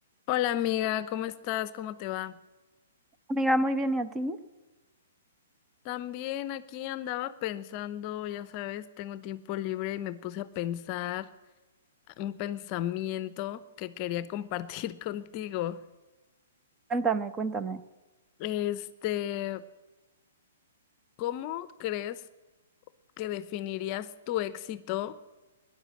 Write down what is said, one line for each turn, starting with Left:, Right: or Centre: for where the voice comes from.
Left: Hola amiga, ¿cómo estás? ¿Cómo te va?
Right: Amiga, muy bien, ¿y a ti?
Left: También aquí andaba pensando, ya sabes, tengo tiempo libre y me puse a pensar un pensamiento que quería compartir <laughs> contigo.
Right: Cuéntame, cuéntame.
Left: Este, ¿cómo crees que definirías tu éxito